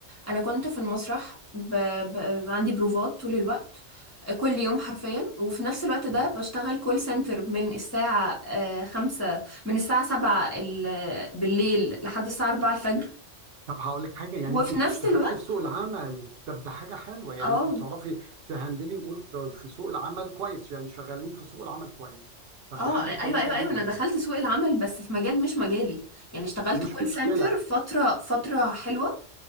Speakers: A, on the left; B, on the right.
A: انا كنت في المسرح ب... ب... عندي بروفات طول الوقت كل يوم حرفيا وفي نفس الوقت ده
B: مم.
A: بشتغل كول سنتر من الساعة آه، خمسة من الساعة سبعة ال- بالليل لحد الساعة أربعة الفجر
B: طب هقول لك حاجه يعني
A: وفي
B: انت اشتغلت
A: نفس الوقت
B: في سوق العمل طب ده حاجه حلوه يعني
A: اه
B: انت بتعرفي تهندلي امورك في سوق العمل كويس يعني شغالين في سوق العمل كويس طب
A: اه
B: ده حاجه
A: ايوه
B: كويسه
A: ايوه
B: جدا
A: ايوه انا دخلت سوق العمل بس في مجال مش مجالي يعني اشتغلت
B: مش
A: كول
B: مشكله
A: سنتر فتره فتره حلوه